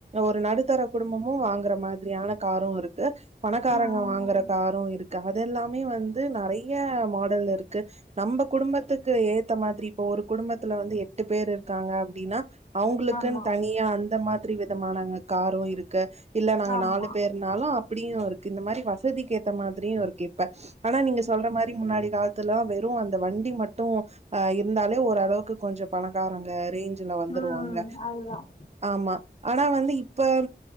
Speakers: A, on the right; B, on the left.
A: ஒரு நடுத்தர குடும்பம் மு வாங்கற மாதிரியான காரு இருக்கு பணக்காரங்க
B: உம்
A: வாங்கற காரு இருக்கு இதெல்லாமே வந்து நறைய மாடல் இருக்கு நம்ம குடும்பத்துக்கு ஏத்த மாதிரி இப்ப ஒரு குடும்பத்துல வந்து எட்டு பேர் இருக்காங்க அப்டின்னா அவங்களுக்குன்
B: ஆமா
A: தனியா அந்த மாதிரி விதமானங் காரு இருக்கு இல்ல நாங்க
B: ஆமா
A: நாலு பேர் இருந்தாலு அப்படியு இருக்கு இந்த மாரி வசதிக்கேத்த மாதிரியு இருக்கு இப்ப ஆனா நீங்க சொல்ற மாதிரி முன்னாடி காலத்துலல்லா வெறு அந்த வண்டி மட்டு அ இருந்தாலே ஓரளவுக்கு கொஞ்சோ பணக்காரங்க ரேஞ்ச் வந்துருவாங்க
B: உம் அதுதான்
A: ஆமா ஆனா வந்து இப்ப